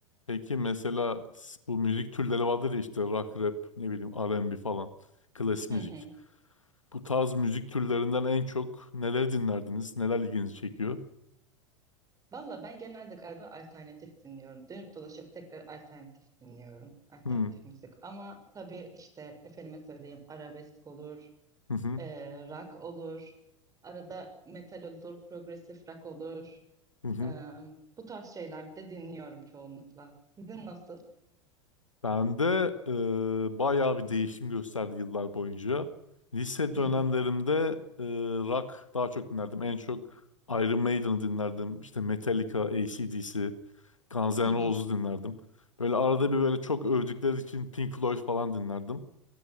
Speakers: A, on the left (about 85°); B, on the right (about 20°).
A: Peki mesela s- bu müzik türleri vardır ya işte rock, rap, ne bileyim R&B falan. Klasik
B: Hı
A: müzik.
B: hı.
A: Bu tarz müzik türlerinden en çok neler dinlerdiniz? Neler ilginizi çekiyor?
B: Valla ben genelde galiba alternatif dinliyorum. Dönüp dolaşıp tekrar alternatif dinliyorum. Alternatif
A: Hmm,
B: müzik. Ama tabii işte efendime söyleyeyim arabesk olur.
A: Hı hı.
B: Ee, rock olur. Arada metal olur, progresif rock olur.
A: Hı hı.
B: Ee, bu tarz şeyler de dinliyorum çoğunlukla. Sizin nasıl?
A: Ben de e, bayağı bir değişim gösterdi yıllar boyunca. Lise
B: Hı
A: dönemlerimde
B: hı,
A: e, rock daha çok dinlerdim. En çok Iron Maiden'ı dinlerdim. İşte Metallica, AC/DC, Guns N'
B: hı hı,
A: Roses'u dinlerdim. Böyle arada bir böyle çok övdükleri için Pink Floyd falan dinlerdim.